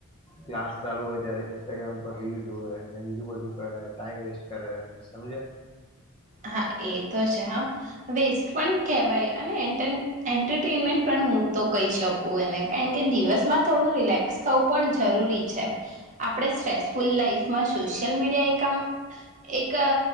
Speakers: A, on the left; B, on the right.
A: ક્લાસ ચાલુ હોય ત્યારે ઇન્સ્ટાગ્રામ પર રીલ જો અને બીજું બધું કરે, ટાઈમ વેસ્ટ કરે, સમજે.
B: હા, એ તો છે. હા, વેસ્ટ પણ કહેવાય. અને એન્ટ એન્ટરટેનમેન્ટ પણ, હું તો કહી શકું એને, કારણ કે દિવસમાં થોડું રિલેક્સ થવું પણ જરૂરી છે. આપણે સ્ટ્રેટફૂલ લાઈફમાં, સોશિયલ મીડિયા એક આમ, એક